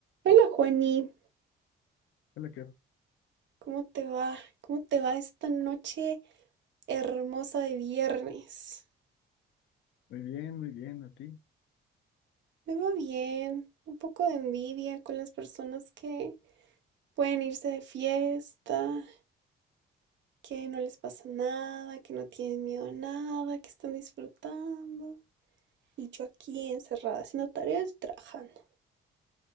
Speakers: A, on the right; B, on the left.
A: Hola Juani,
B: Hola, Kat.
A: ¿cómo te va? ¿Cómo te va esta noche hermosa de viernes?
B: Muy bien, muy bien, ¿a ti?
A: Me va bien, un poco de envidia con las personas que pueden irse de fiesta, que no les pasa nada, que no tienen miedo a nada, que están disfrutando. Y yo aquí encerrada haciendo tareas y trabajando.